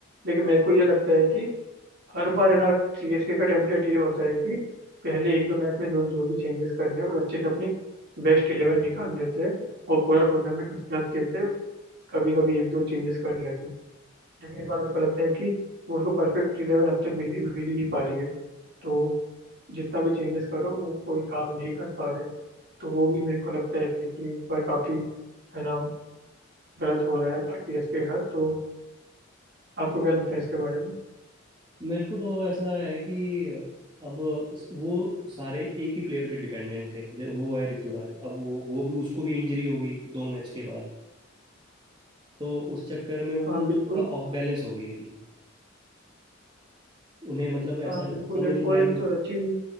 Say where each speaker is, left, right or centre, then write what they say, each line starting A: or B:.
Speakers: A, on the right; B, on the right.
A: लेकिन मेरे को ये लगता है कि हर बार है ना सीएसके का टेम्पलेट ये होता है कि पहले एक दो मैच में जो जो भी चेंजेस करने हैं और अच्छे से अपनी बेस्ट इलेवन निकाल देते हैं और पूरा टूर्नामेंट उसके साथ खेलते हैं कभी कभी एक दो चेंजेस कर लेते हैं लेकिन इस बार मेरे को लगता है कि वो उसको परफेक्ट इलेवन अब तक मिल मिल ही नहीं पा रही है तो जितना भी चेंजेस करो वो कोई काम नहीं कर पा रहे तो वो भी मेरे को लगता है कि इस बार काफ़ी है ना गलत हो रहा है सीएसके के साथ तो आपको क्या लगता है इसके बारे में
B: मेरे को तो ऐसा है कि अब वो सारे एक ही प्लेयर पे डिपेंडेंट थे जो वो है ऋतुराज अब वो वो भी उसको भी इंजरी हो गई दो मैच के बाद तो उस चक्कर में वो
A: हाँ
B: उनका
A: बिल्कुल
B: थोड़ा ऑफ बैलेंस हो गई है टीम उन्हें मतलब ऐसा
A: हाँ बिल्कुल
B: समझ
A: एक
B: ही नहीं
A: और
B: आ
A: एक
B: रहा उनका
A: तो सचिन